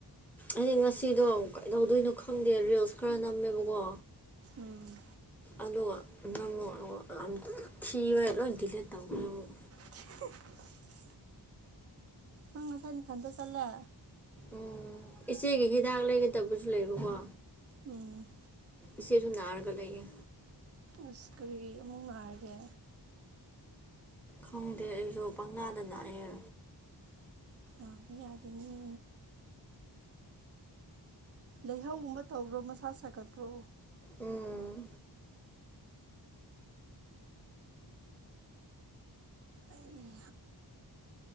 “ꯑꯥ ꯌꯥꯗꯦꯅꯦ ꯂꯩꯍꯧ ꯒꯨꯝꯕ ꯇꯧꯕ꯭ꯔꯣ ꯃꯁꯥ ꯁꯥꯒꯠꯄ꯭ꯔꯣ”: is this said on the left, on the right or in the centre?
Right